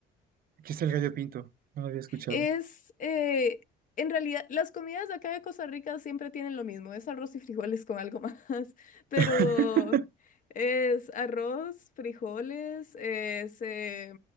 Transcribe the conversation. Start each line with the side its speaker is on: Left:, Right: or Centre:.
Right: ¿Qué es el gallo pinto? No lo había escuchado.
Left: Es, eh, en realidad, las comidas de acá de Costa Rica siempre tienen lo mismo, es arroz y frijoles con algo más, <laughs> pero
Right: <laughs>
Left: es arroz, frijoles, eh, se